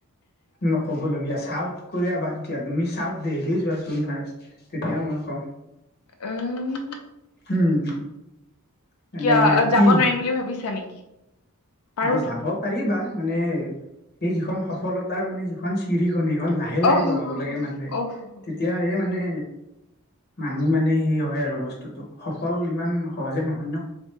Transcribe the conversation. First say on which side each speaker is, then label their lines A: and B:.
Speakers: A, on the left; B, on the left.
A: নক'বলগীয়া চাউথ কোৰিয়া বাদ দিয়া তুমি সাউথ দেলহী যোৱা চোন ফাৰ্ষ্ট তেতিয়া মই কম,
B: উম
A: উম! মানে
B: কিয় যাব
A: কি
B: নোৱাৰিম বুলি ভাবিছা নেকি? পাৰোতো
A: নাই যাব পাৰিবা মানে সেই যিখন সফলতাৰ মানে যিখন চিৰিখনি এখন লাহে লাহে
B: অ হ
A: বগাব
B: হ
A: লাগে
B: হ
A: মানুহে
B: অ হ হ
A: তেতিয়া
B: হ।
A: সে মানে মানুহ মানে সেই হয় আৰু বস্তুতো সফল ইমান সহজে নহয় ন।